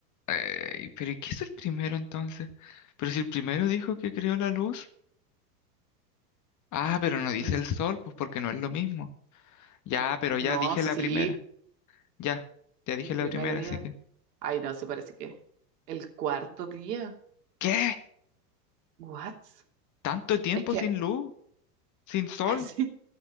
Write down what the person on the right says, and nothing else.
Mm,
No,
sí,
el primer
día.
Ay, no, se parece que el cuarto día.
What?
Es que,
<laughs> sí,